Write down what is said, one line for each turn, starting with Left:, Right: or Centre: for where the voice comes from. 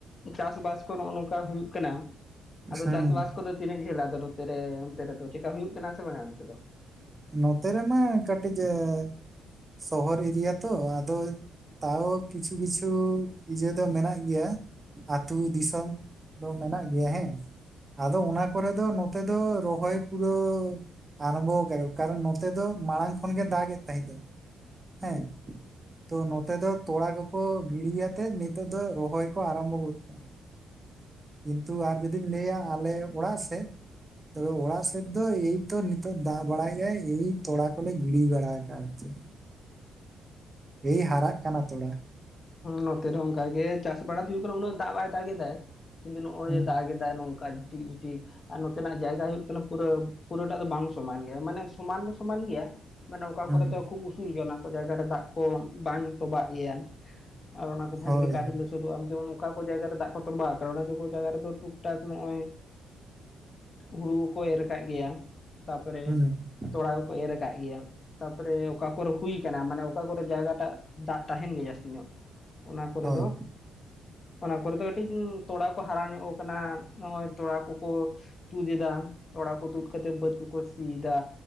Left: ᱪᱟᱥᱵᱟᱥ ᱠᱚ ᱱᱚᱜᱼᱚ ᱱᱚᱝᱠᱟ ᱦᱩᱭᱩᱜ ᱠᱟᱱᱟ᱾ ᱟᱫᱚ
Right: ᱦᱮᱸ
Left: ᱪᱟᱥᱵᱟᱥ ᱠᱚᱫᱚ ᱛᱤᱱᱟᱹᱜ ᱡᱷᱟᱹᱞᱟ ᱟᱫᱚ ᱱᱳᱛᱮ ᱨᱮ ᱚᱱᱛᱮ ᱫᱚ ᱪᱮᱠᱟ ᱦᱩᱭᱩᱜ ᱠᱟᱱᱟ ᱥᱮ ᱵᱟᱝᱟ ᱚᱱ? ᱫᱚ᱿
Right: ᱱᱚᱛᱮ ᱨᱮᱢᱟ ᱠᱟᱹᱴᱤᱡ ᱮᱸᱻ ᱥᱚᱦᱚᱨ ᱮᱨᱤᱭᱟ ᱛᱚ ᱟᱫᱚ᱾ ᱛᱟᱣ ᱠᱤᱪᱷᱩ - ᱠᱤᱪᱷᱩ ᱤᱭᱟᱹ ᱫᱚ ᱢᱮᱱᱟᱜ ᱜᱮᱭᱟ᱾ ᱟᱹᱛᱩ ᱫᱤᱥᱚᱢ ᱫᱚ ᱢᱮᱱᱟᱜ ᱜᱮᱭᱟ ᱦᱮᱸ᱿ ᱟᱫᱚ ᱚᱱᱟ ᱠᱚᱨᱮ ᱫᱚ ᱱᱚᱛᱮ ᱫᱚ ᱨᱚᱦᱚᱭ ᱯᱩᱨᱟᱹᱣ ᱟᱨᱟᱢᱵᱷᱚ ᱟᱠᱟᱼᱼ ᱠᱟᱨᱚᱱ ᱱᱚᱛᱮ ᱫᱚ ᱢᱟᱲᱟᱝ ᱠᱷᱚᱱᱜᱮ ᱫᱟᱜ ᱮᱫ ᱛᱟᱦᱮᱸᱫ ᱫᱚ ᱦᱮᱸᱼᱼ ᱛᱚ ᱱᱚᱛᱮ ᱫᱚ ᱛᱚᱲᱟ ᱠᱚᱠᱚ ᱜᱤᱲᱤᱭᱟᱛᱮᱜ ᱱᱤᱛᱚᱜ ᱫᱚ ᱨᱚᱦᱚᱭ ᱠᱚ ᱟᱨᱟᱢᱵᱷ ᱜᱚᱫ ᱠᱟᱜᱼᱟ᱾ ᱠᱤᱱᱛᱩ ᱟᱨ ᱡᱩᱫᱤᱧ ᱞᱟᱹᱭᱟ ᱟᱞᱮ ᱚᱲᱟᱜ ᱥᱮᱫ ᱛᱚ ᱚᱲᱟᱜ ᱥᱮᱫ ᱫᱚ ᱮᱭᱛᱚ ᱱᱤᱛᱚᱜ ᱫᱟᱜ ᱵᱟᱲᱟᱭᱼᱼ ᱭᱮᱭ <unintelligible> ᱛᱚᱲᱟ ᱠᱚᱞᱮ ᱜᱤᱲᱤ ᱵᱟᱲᱟ ᱟᱠᱟᱫ ᱜᱮᱭᱟ᱾ ᱮᱭ ᱦᱟᱨᱟᱜ ᱠᱟᱱᱟ ᱛᱷᱚᱲᱟ᱾
Left: ᱱᱚᱛᱮ ᱨᱮᱦᱚᱸ ᱚᱱᱠᱟ ᱜᱮ ᱪᱟᱥ ᱵᱟᱵᱲᱟ ᱫᱚ ᱦᱩᱭᱩᱜ ᱠᱟᱱᱟ ᱩᱱᱟᱹᱜ ᱫᱟᱜ ᱵᱟᱭ ᱫᱟᱜ ᱮᱫᱟᱭ᱾ ᱠᱤᱱᱛᱩ ᱱᱚᱜᱼᱚᱭ
Right: ᱦᱩᱸ
Left: ᱡᱮ ᱫᱟᱜ ᱮᱫᱟᱭ ᱱᱚᱝᱠᱟ ᱡᱤᱴᱤᱠ ᱡᱩᱴᱤᱠ ᱟᱨ ᱱᱚᱛᱮᱱᱟᱜ ᱡᱟᱭᱜᱟ ᱦᱩᱭᱩᱜ ᱠᱟᱱᱟᱼᱼ ᱯᱩᱨᱟᱹ ᱯᱩᱨᱟᱹᱴᱟ ᱫᱚ ᱵᱟᱝ ᱥᱚᱢᱟᱱ ᱜᱮᱭᱟ ᱢᱟᱱᱮ ᱥᱚᱢᱟᱱ ᱫᱚ ᱥᱚᱢᱟᱱ ᱜᱮᱭᱟ ᱢᱟᱱᱮ ᱚᱠᱟ
Right: ᱦᱩᱸ
Left: ᱠᱚᱨᱮ ᱛᱚ ᱠᱷᱩᱵᱼᱼ ᱩᱥᱩᱞ ᱜᱮᱭᱟ ᱚᱱᱟ ᱠᱚ ᱡᱟᱭᱜᱟ ᱨᱮ ᱫᱟᱜ ᱠᱚ ᱵᱟᱝ ᱴᱚᱵᱟᱜ ᱜᱮᱭᱟ, ᱟᱨ ᱚᱱᱟ ᱠᱚ ᱵᱷᱟᱜᱤᱞᱮᱠᱟ
Right: ᱦᱳᱭ
Left: ᱟᱰᱤ ᱞᱚᱥᱚᱫᱚᱜᱼᱟ ᱡᱮᱢᱚᱱ ᱚᱠᱟ ᱠᱚ ᱡᱟᱭᱜᱟ ᱨᱮ ᱫᱟᱜ ᱠᱚ ᱛᱚᱸᱵᱟᱜ ᱟᱠᱟᱱᱟ ᱚᱱᱟ ᱠᱚ ᱡᱟᱭᱜᱟ ᱨᱮᱫᱚ ᱴᱩᱠ ᱴᱟᱠ ᱱᱚᱜᱼᱚᱭᱼᱼ ᱦᱩᱲᱩ ᱠᱚᱠᱚ ᱮᱨ ᱟᱠᱟᱜ ᱜᱮᱭᱟ᱾ ᱛᱟᱯᱚᱨᱮ
Right: ᱦᱳᱭ ᱦᱩᱸ
Left: ᱛᱚᱲᱟ ᱠᱚᱠᱚ ᱮᱨ ᱟᱠᱟᱜ ᱜᱮᱭᱟ ᱛᱟᱯᱚᱨᱮ ᱚᱠᱟ ᱠᱚᱨᱮ ᱦᱩᱭ ᱟᱠᱟᱱᱟ ᱢᱟᱱᱮ ᱚᱠᱟ ᱠᱚᱨᱮᱼᱼ ᱡᱟᱭᱜᱟᱴᱟᱜ ᱫᱟᱜ ᱛᱟᱦᱮᱱ ᱜᱮᱭᱟ ᱡᱟᱹᱥᱛᱤ ᱧᱚᱜ ᱚᱱᱟ ᱠᱚᱨᱮ
Right: ᱦᱳᱭ
Left: ᱫᱚ ᱚᱱᱟ ᱠᱚᱨᱮ ᱫᱚ ᱠᱟᱹᱴᱤᱡ ᱛᱚᱲᱟ ᱠᱚ ᱦᱟᱨᱟ ᱧᱚᱜ ᱟᱠᱟᱱᱟ ᱱᱚᱜᱼᱚᱭ ᱛᱚᱲᱟ ᱠᱚᱠᱚᱼᱼ ᱛᱩᱫ ᱮᱫᱟ ᱛᱚᱲᱟ ᱠᱚ ᱛᱩᱫ ᱠᱟᱛᱮᱫ ᱵᱟᱹᱫᱽ ᱠᱚᱠᱚ ᱥᱤᱭᱮᱫᱟ᱾